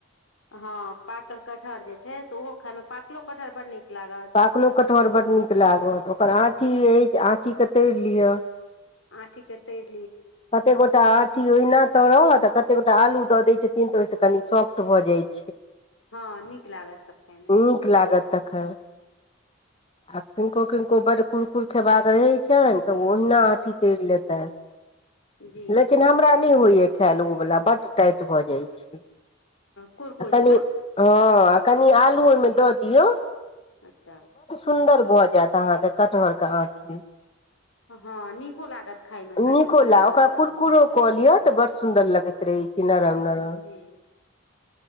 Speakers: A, on the left (about 70°); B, on the left (about 25°).
A: हँ पाकल कटहर जे छै से ओहो खायइमे पाकलो कटहर बड़ नीक लागत
B: पाकलो कटहर बड्ड नीक लागत ओकर आँठी अछि आँठीकेँ तइर लिअ
A: हँ ठीके तइर
B: कतेक गोटा आठी ओहिना तरत आ कतेक गोटा आलू दऽ दैत छथिन तऽ ओहिसँ कनी सॉफ्ट भऽ जाइत छै
A: हँ नीक लागत त खायमे
B: नीक लागत तखन आ किनको किनको बड्ड कुरकुर खयबाक रहै छनि तऽ ओ ओहिना आँठी तइर लेतै
A: जी
B: लेकिन
A: अ
B: हमरा नहि होइए खायल ओवला बड्ड टाइट भऽ जाइत छै
A: कुरकुर
B: आ कनि
A: जेना
B: हँ कनि आलू ओहिमे दऽ दियौ
A: अच्छा
B: सुंदर भऽ जा अहाँके कटहर के आठी
A: हँ नीको लागत खायमे
B: निको
A: कनिक
B: ल
A: नरम
B: ओकरा
A: नरम
B: कुरकुरो कऽ लिय तऽ बड़ सुंन्दर लगैत रहे छी नरम नरम
A: जी